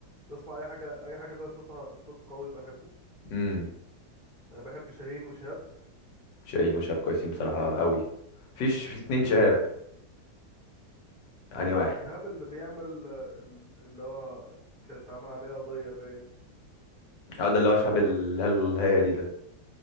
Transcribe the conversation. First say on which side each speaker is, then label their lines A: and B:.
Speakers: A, on the left; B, on the left.
A: بسمع اي حاجة اي حاجة فيها صوتها صوت قوي بحبه
B: امم
A: انا بحب شاهين وشهاب
B: شاهين وشهاب كويسين بصراحه قوي فيش في
A: مم.
B: اتنين شهاب يعني واحد
A: شهاب اللي بيعمل آه، ال- اللي هو كانت عامل عليه قضية باين
B: اه ده اللي
A: إنه
B: هو شهاب
A: متحرك
B: ال- الهي دي ده